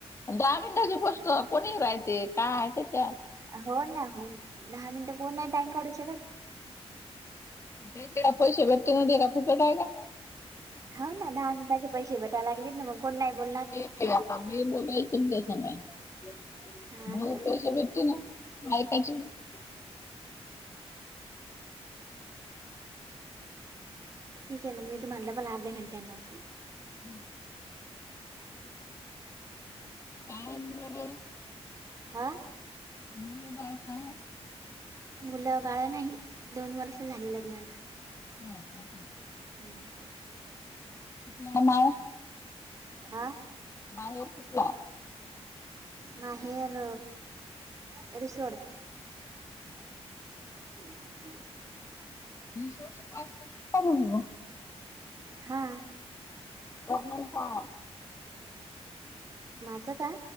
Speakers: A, on the left; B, on the right.
A: दहा मिनिटांचे पोचतो कोणी राहते. काय आहे त्याच्यात
B: हो ना हो ना दहा मिनिटं कोण नाही. टाइम काढू शकत.
A: पैसे भेटते ना ते काय फुकट आहे का
B: हा ना दहा मिनिटाचे पैसे भेटायला लागलेत. ना मग कोण नाही बोलणार?
A: ते आता मी बोलायले तुमच्या सोबत
B: हा
A: मग
B: ना.
A: पैसे भेटतेच ना? माय <unintelligible>
B: ठीक आहे. मी तुम्हाला डबल अर्ध्या घंटे ने लावतो.
A: हं काय माहित बाबा
B: हा
A: मुलं बाळ काय आहे?
B: मुलं बाळ नाही. दोन वर्ष झाली लग्नाला
A: ह का
B: हम्म <inaudible>
A: प्लॅन आहे.
B: हा
A: बाहेर कुठला आहे?
B: बाहेर अग सोड
A: ह <inaudible>
B: <inaudible>
A: ती सोड च्या काय सोड
B: हा
A: प्रॉब्लेम काय आहे.
B: माझं काय?